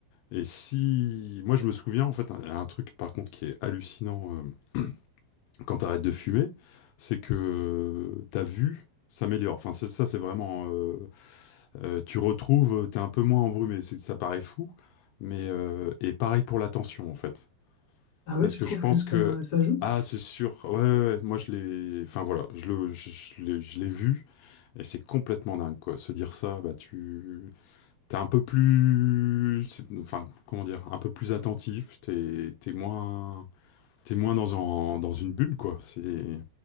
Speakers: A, on the left (about 80°); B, on the left (about 30°).
A: Et si, moi je me souviens en fait un, un truc par contre qui est hallucinant euh, quand t'arrêtes de fumer, c'est que ta vue s'améliore. Enfin c'est- ça c'est vraiment, euh, euh, tu retrouves, t'es un peu moins embrumé. C'est- Ça paraît fou, mais euh, et pareil pour l'attention en fait,
B: Ah ouais,
A: parce
B: tu
A: que
B: trouves
A: je pense
B: que ça,
A: que
B: ça joue?
A: ah c'est sûr, ouais, ouais, ouais, moi je l'ai, enfin voilà, je le, je, je l'ai je l'ai vu. Et c'est complètement dingue, quoi. Se dire ça, bah tu, t'es un peu plus, c'est- enfin, comment dire, un peu plus attentif, t'es, t'es moins, t'es moins dans un- dans une bulle, quoi. C'est,